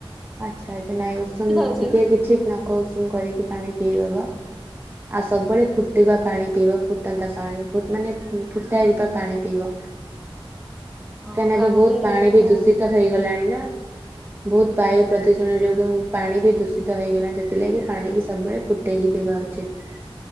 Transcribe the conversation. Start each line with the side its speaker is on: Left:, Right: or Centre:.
Right: ଆଚ୍ଛା ଆଚ୍ଛା ନାଇଁ ଉଷୁମ
Centre: ଅଛି
Right: ଟିକେ
Centre: କି?
Right: କିଛି ନଖ ଉଷୁମ କରିକି ପାଣି ପିଇଦବ। ଆଉ ସବୁବେଳେ ଫୁଟିବା ପାଣି ପିଇବ ଫୁଟନ୍ତା ପାଣି ଫୁଟ ମାନେ ଫୁଟା ହେଇ ଯାଇଥିବା ପାଣି ପିଇବ।
Centre: ହଁ
Right: କାଇଁ ନା ଏବେ
Centre: କାଲିଠାରୁ
Right: ବହୁତ ପାଣି
Centre: ମୁଁ
Right: ବି ଦୂଷିତ ହେଇ ଗଲାଣି ନା ବହୁତ୍। ବାୟୁ ପ୍ରଦୂଷଣ ଯୋଗୁଁ ପାଣି ବି ଦୂଷିତ ହେଇଗଲାଣି ସେଥିଲାଗି ପାଣିିକି ସବୁବେଳେ ଫୁଟେଇକି ପିଇବା ଉଚିତ।